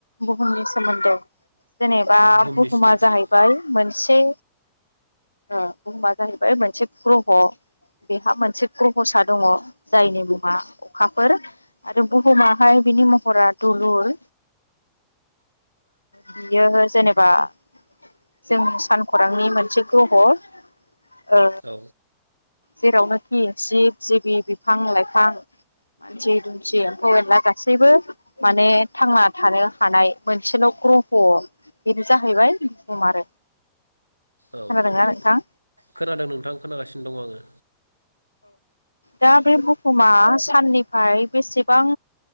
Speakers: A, on the left (about 85°); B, on the right (about 80°).
A: बुहुमनि सोमोन्दै जेनेबा
B: बुहुमनि
A: बुहुमा
B: सिनायथि
A: जाहैबाय मोनसे ओ बुहुमा जाहैबाय मोनसे ग्रह बेहा मोनसे ग्रह'सा दङ जायनि मुङा अखाफोर आरो बुहुमाहाय बिनि महरा दुलुर बियो जेनेबा जोंनि सानखरांनि मोनसे ग्रह ओ
B: औ
A: जेरावनोखि जिब जिबि बिफां लाइफां मानसि दुमसि एम्फौ एनला गासैबो माने थांना थानो हानाय मोनसेल' ग्रह' बेनो जाहैबाय बुहुम आरो
B: औ
A: खोनादोंना नोंथां
B: खोनादों नोंथां खोनागासिनो दङ आङो
A: दा बे बुहुमा साननिफ्राय बेसेबां